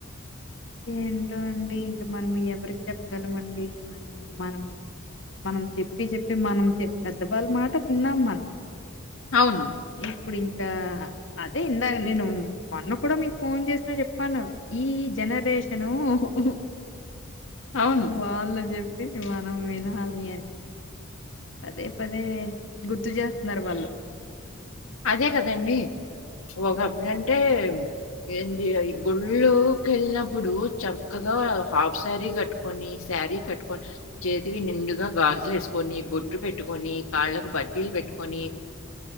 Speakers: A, on the left (about 60°); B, on the left (about 85°).
A: ఏంటో అండి ఇంక మనము ఎవరికి చెప్పగలమండి మనము మనము మనం చెప్పి చెప్పి మనం చె పెద్దవాళ్ళ మాట విన్నాం మనం.
B: అవును
A: ఇప్పుడు ఇంకా అదే ఇందాక నేను మొన్న కూడా మీకు ఫోన్ చేసినా చెప్పాను ఈ జనరేషను హు హూ
B: అవును.
A: వాళ్ళ చెప్ చెప్పింది మనం వినాలి అని. పదే పదే గుర్తు చేస్తున్నారు వాళ్ళు.
B: అదే కదండి ఒకప్పుడంటే ఏంటి అవి గుళ్ళోకి ఎళ్ళినప్పుడు చక్కగా హాఫ్ సారీ కట్టుకో కొని సారీ కట్టుకొని సరే చేతికి నిండుగా గాజులు వేసుకొని బొడ్టు పెట్టుకొని కాళ్ళలకు పట్టిలు పెట్టుకొని